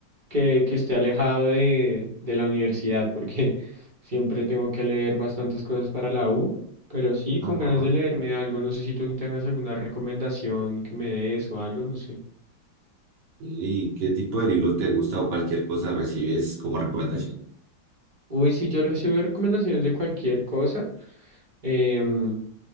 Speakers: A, on the right; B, on the right.
A: que, que esté alejado de, de la universidad, porque <laughs> siempre tengo que leer bastantes cosas para la U, pero sí, con
B: Ajá.
A: ganas de leerme algo, no sé si tú tengas alguna recomendación que me des o algo, no sé.
B: ¿Y qué tipo de libro te gusta o cualquier cosa recibes como recomendación?
A: Uy, sí, yo recibo recomendaciones de cualquier cosa. Em,